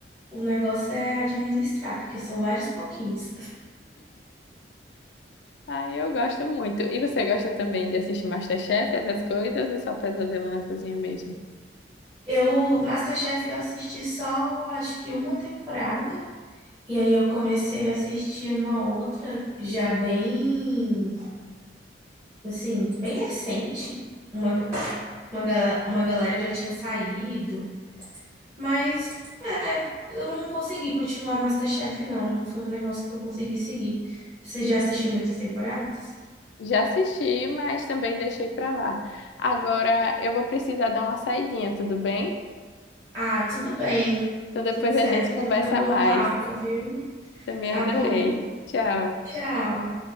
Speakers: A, on the right; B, on the left.
A: o negócio é administrar, porque são vários pouquinhos.
B: Aí eu gosto muito. E você gosta também de assistir MasterChef, essas coisas, ou só Pesadelo na Cozinha mesmo?
A: Eu, MasterChef, eu assisti só, acho que uma temporada. E aí eu comecei a assistir uma outra já bem, assim, bem recente. Uma, uma, ga- uma galera já tinha saído, mas eu não consegui continuar MasterChef, não. Não foi um negócio que eu consegui seguir. Você já assistiu muitas temporadas?
B: Já assisti, mas também deixei para lá. Agora eu vou precisar dar uma saidinha, tudo bem?
A: Ah, tudo bem.
B: Então depois
A: Tudo certo.
B: a gente conversa
A: Foi bom
B: mais.
A: papo, viu?
B: Também
A: Tá
B: adorei.
A: bom.
B: Tchau.
A: Tchau.